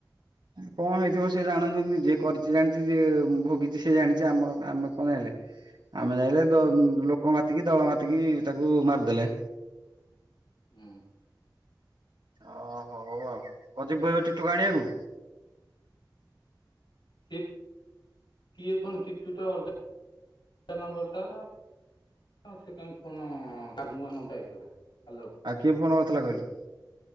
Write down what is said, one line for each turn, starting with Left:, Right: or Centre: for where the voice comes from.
Right: କଣ ହେଇଥିବ ସେ ଜାଣୁଛନ୍ତି ଯିଏ କରିଛି ଜାଣିଛି ଯିଏ ଭୋଗିଛି ସିଏ ଜାଣିଛି। ଆମର ଆମେ କଣ ଯାଇଁଲେ? ଆମେ ଯାଇଁଲେ
Left: ହୁଁ
Right: ଲୋକ ମାତିକି ଦଳ ମାତିକି ତାକୁ ମାରିଦେଲେ।
Left: ହୁଁ
Right: ଓ ହଉ ଆଉ କଣ ଯିବୁ ଏବେ ଟିଟୁକୁ ଆଣିବାକୁ?
Left: ସେ କିଏ ଫନ୍ ଟିକ ଟୁ ଟା ଅଲଗା ତେ ନମ୍ବର ତାର ହଉ ସେ କାହିଁ ଫୋନ ନୂଆ ନମ୍ଟା ଆଇଥିଲା। ହାଲୋ
Right: ଆଉ କିଏ ଫୋନ କରିଥିଲା କହିଲେ?